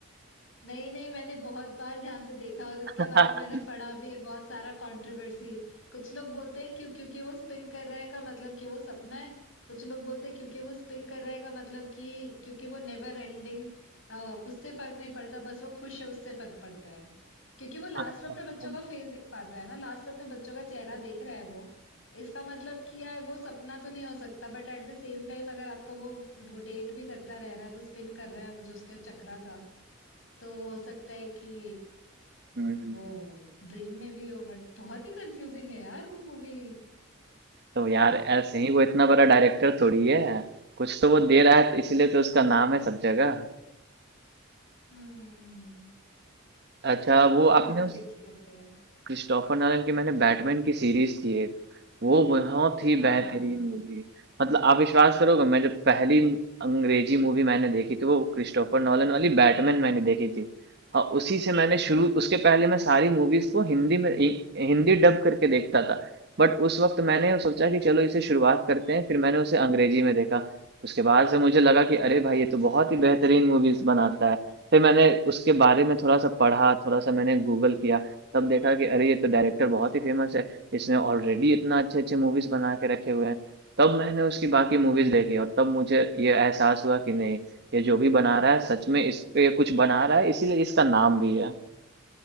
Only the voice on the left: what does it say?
नहीं, नहीं, मैंने बहुत बार ध्यान से देखा और इसके
बारे में मैंने पढ़ा भी है बहुत सारा कंट्रोवर्सी। कुछ लोग बोलते हैं क्यों क्योंकि वो स्पिन कर रहा है का मतलब कि वो सपना है। कुछ लोग बोलते हैं क्योंकि वो स्पिन कर रहा है का मतलब कि क्योंकि वो नेवर एंडिंग अ, उससे फर्क नहीं पड़ता बस वो खुश है उससे फर्क पड़ता है। क्योंकि वो लास्ट
में अपने
बच्चों का फेस देख पाता है ना, लास्ट में अपने बच्चों का चेहरा देख रहा है वो। इसका मतलब कि यार वो सपना तो नहीं हो सकता but at the same time अगर आपका वो रोटेट भी करता रह रहा है, वो स्पिन कर रहा है, वो जो उसका चक्रा था। तो हो सकता है कि
वो ड्रीम में भी हो बट बहुत ही कंफ्यूजिंग है यार वो मूवी
हम्म
और
कौन
सी
मूवी अच्छी लगती है
हाँ